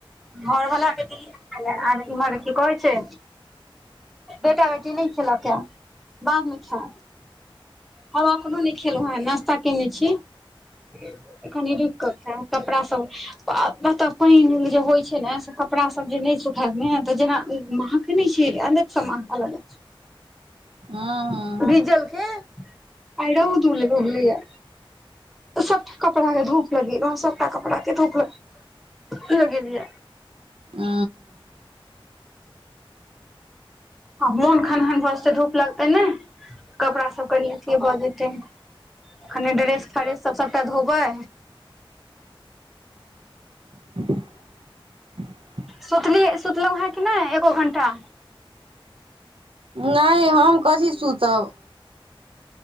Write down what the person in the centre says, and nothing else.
घरवलाके के किछु आर इमहर की कहै छै बेटा बेटी नहि खेलक यै बाप छै हम अपनो नहि खेलहुँ ये नाास्ता केने छीकनि रुक कऽ खायब कपड़ा सबछै बाप रे एतपानि जे नहीं हहोछै ने से कपड़ा सब जेना नहिसुखातजेनामहक सुनै छियै अलग समान सब अलग
भीजल छै आइ रौद उगलै या सबटा कपड़ा के धूप लगेलो हं सबटा कपड़ा के धूप लगेलिये
आ--मोन खन हन हन भऽ जेतै धूप लगतै ने कपड़ा सब कनि अथी भऽ जेते कनि ड्रेस फ्रेस सत्रह का धोबै
सुतली सुतलहुँ हन किनहि एको घण्टा